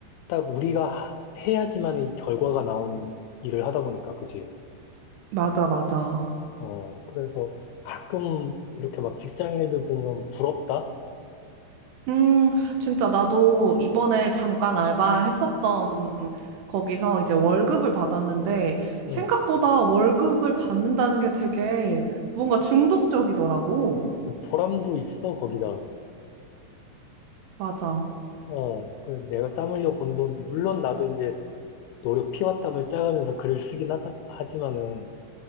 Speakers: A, on the left; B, on the right.
A: 딱 우리가 하- 해야지만 이 결과가 나오는 일을 하다 보니까, 그지?
B: 맞아, 맞아.
A: 어, 그래서 가끔 이렇게 막 직장 일들 보면 부럽다?
B: 음, 진짜 나도 이번에 잠깐 알바했었던 거기서 이제 월급을 받았는데 생각보다
A: 응,
B: 월급을 받는다는 게 되게 뭔가 중독적이더라고.
A: 보람도 있어, 거기다.
B: 맞아,
A: 어, 그 내가 땀 흘려 번 돈, 물론 나도 이제 노력 피와 땀을 짜가면서 글을 쓰긴 하다, 하지만은